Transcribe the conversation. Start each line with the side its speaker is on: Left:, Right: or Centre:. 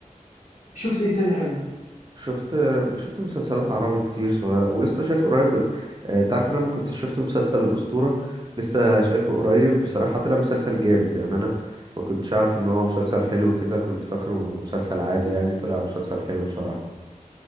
Left: شفت ايه تاني حلو
Right: شفت شفت مسلسلات عربي كتير صغيرة ولسه شايف قريب آه، تعرف ان انا ما كنتش شفت مسلسل الأسطورة لسه شايفه قريب بصراحة طلع مسلسل جامد يعني انا ما كنتش عارف ان هو مسلسل حلو كده كنت فاكره مسلسل عادي يعني طلع مسلسل حلو بصراحة